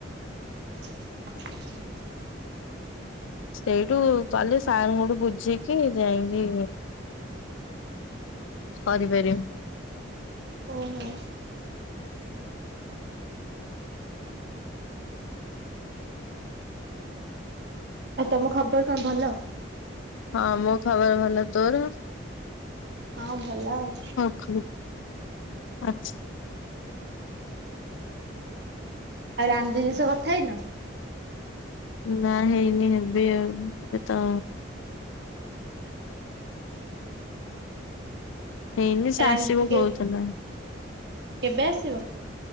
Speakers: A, on the right; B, on the left.
A: ହ <unintelligible>
B: ସେଇଠୁ କାଲି ସାରଙ୍କଠୁ ବୁଝିକି ଯାଇକି କରିପାରିବୁ।
A: ଓହୋ। ଆଉ ତମ ଖବର କଣ ଭଲ?
B: ହଁ ମୋ ଖବର ଭଲ। ତୋର?
A: ହଁ ଭଲ ଆଉ।
B: <unintelligible> ଆଚ୍ଛା।
A: ଆଉ ରାନି ଦିଦି ଶହ କଥା ହେଇନ?
B: ନା ହେଇନି ହେବି ଆଉ। ଏବେ ତ ହେଇନି ସେ
A: ରାନୀ
B: ଆସିବ
A: ଦିଦି କେ
B: କହୁଥିଲା।
A: କେବେ ଆସିବ?